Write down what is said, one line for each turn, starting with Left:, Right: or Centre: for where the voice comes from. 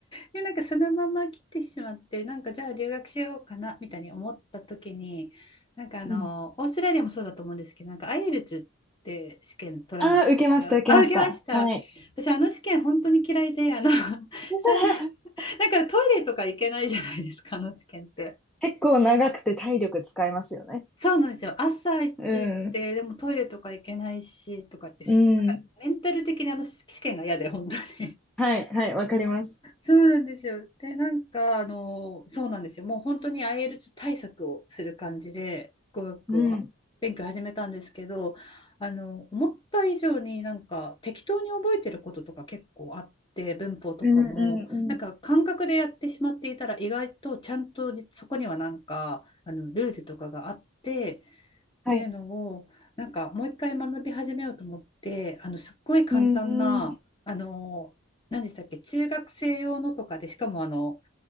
Left: で、なんかそのまま来てしまって、なんかじゃあ留学しようかなみたいに思った時に、なんかあの、
Centre: うん。
Left: オーストラリアもそうだと思うんですけど、なんか IELTS って試験取らなくて、
Centre: ああ、受けました受けました。
Left: あ、受けました。
Centre: はい。
Left: 私、あの試験本当に嫌いで、あの、<laughs>
Centre: <laughs>
Left: さんなんかトイレとか行けないじゃないですか、あの試験って。
Centre: 結構長くて体力使いますよね。
Left: そうなんですよ。朝一行って、
Centre: うん。
Left: でもトイレとか行けないしとかって、すごいなんかメンタル的にあの試験が嫌で、
Centre: うん。
Left: 本当に。
Centre: はいはい、わかります。
Left: そうなんですよ。で、なんか、あの、そうなんですよ。もう本当に IELTS 対策をする感じで、語学を勉強始めたんですけど、
Centre: うん。
Left: あの、思った以上になんか適当に覚えてることとか結構あって、文法とかも、
Centre: うんうんうん。
Left: なんか感覚でやってしまっていたら、意外とちゃんとじそこにはなんか、あの、ルールとかがあって、っていうのをなんかもう一回学び始めようと思ってあのすっごい簡単なあの何でしたっけ中学生用のとかでしかもあの
Centre: はい。うんうん。